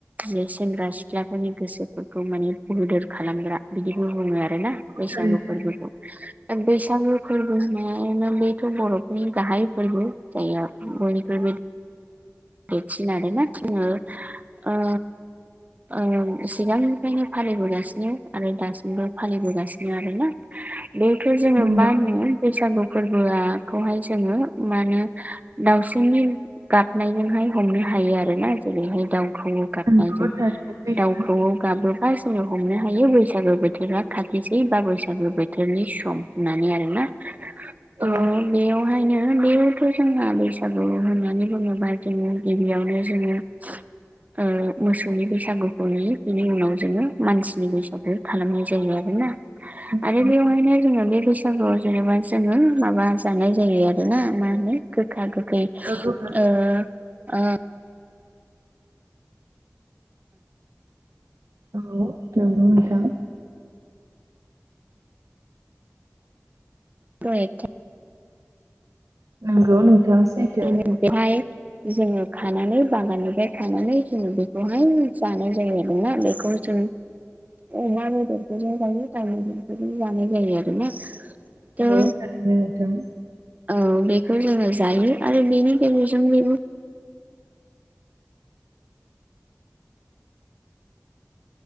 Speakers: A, on the right; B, on the right.
A: जे सेंग्रा सिख्लाफोरनि गोसोफोरखौ माने बोदोर खालामग्रा बिदिबो बुङो आरो आरोना बैसागु
B: थारैनो
A: फोरबोखौ बैसागु फोरबोहोननायानो बेथ' बर'फोरनि गाहाय फोरबो जाया बयनिख्रुबो बेथिनानोना जोङो ओ ओ सिगांनिफ्रायनो फालिबोगासिनो आरो दासिमबो फालिबोगासिनो आरोना बेखो जोङो
B: नंगौ
A: माहोनो बैसागु फोरबोआखौहाय जोङो मा होनो दाउसिननि गाबनायजोंहाय हमनो हायो आरोना जेरैहाय दाउखौ गाबनायजों
B: नंगौ थारैनो सैथो
A: दाउखौवौ गाबोबा जोङो हमनो हायो बैसागो बोथोरा खाथिसै बा बैसागो बोथोरनि सम नानै आरोना थ'
B: औ
A: बेयावहायनो बेयावथ' जोंहा बैसागु होननानै बुङो बा गिबि गिबियावनो जोङो ओ मोसौनि बैसागुखौ नुयो बिनि उनाव जोङो मानसिनि बैसागु खालामनाय जायो आरोना
B: नंगौ।
A: आरो बेयावहायनो जोङो बे बैसागुआव जेनेबा जोङो माबा जानाय जायो आरोना मा होनो गोखा गोखै
B: ओ गोख
A: ओ ओ
B: औ थेवद नोंथां
A: <unintelligible>
B: नंगौ नोंथां सैथो
A: <unintelligible> जोङो खानानै बागाननिफ्राय खानानै जोङो बेखौहाय जानाय जायो आरोना बेखौ जों अमा बेदरफोरजों जायो ताजफोरजोंबो जानाय जायो आरोना थ'
B: औ थारैनो नोंथां
A: औ बेखौ जोङो जायो आरो बेनि गेजेरजों बेबो